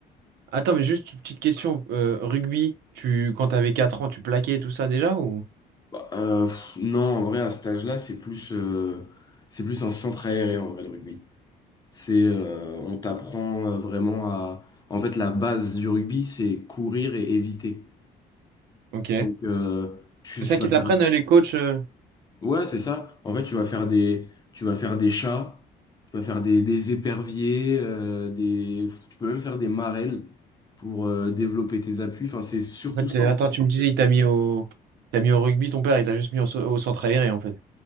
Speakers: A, on the right; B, on the left.
A: Attends, mais juste une petite question. euh, rugby, tu, quand t'avais 4 ans, tu plaquais tout ça déjà ou?
B: Bah, euh, pff, non, en vrai, à cet âge-là, c'est plus, euh, c'est plus un centre aéré, en vrai, le rugby. C'est, euh, on t'apprend euh, vraiment à, en fait, la base du rugby, c'est courir et éviter.
A: Ok.
B: Donc, euh, tu,
A: C'est ça
B: tu vas
A: qu'ils t'apprennent
B: faire
A: euh, les coachs. euh
B: Ouais, c'est ça. En fait, tu vas faire des, tu vas faire des chats, tu vas faire des, des éperviers, euh, des, tu peux même faire des marelles pour euh, développer tes appuis. Enfin, c'est surtout
A: En fait,
B: ça,
A: euh,
B: en
A: attends,
B: fait.
A: tu me disais, il t'a mis au, il t'a mis au rugby, ton père, il t'a juste mis au, so- au centre aéré en fait.